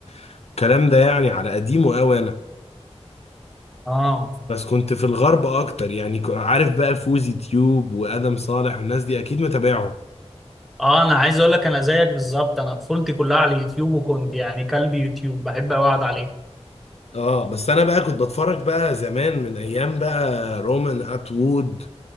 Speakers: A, on the left; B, in the centre.
A: والكلام ده يعني على قديمه قوي انا
B: اه
A: بس كنت في الغرب اكتر يعني ك- عارف بقى فوزي تيوب وادم صالح والناس دي اكيد متابعهم
B: اه انا عايز اقول لك انا زيك بالظبط انا طفولتي كلها على اليوتيوب وكنت يعني كلب يوتيوب بحب أوي اقعد عليه
A: اه بس انا بقى كنت بتفرج بقى زمان من ايام بقى رومان اتوود